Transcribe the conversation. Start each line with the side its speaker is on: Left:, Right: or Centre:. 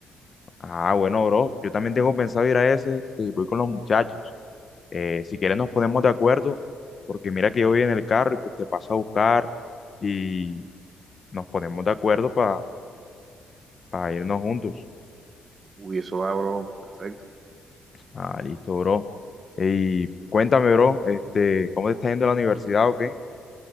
Left: Ah, bueno, bro, yo también tengo pensado ir a ese, y voy con los muchachos. Eh, si quieres nos ponemos de acuerdo, porque mira que yo voy en el carro y pues te paso a buscar y nos ponemos de acuerdo para irnos juntos.
Right: uy, eso va, bro, perfecto.
Left: Ah, listo, bro. Y cuéntame, bro, este, ¿cómo te está yendo a la universidad o qué?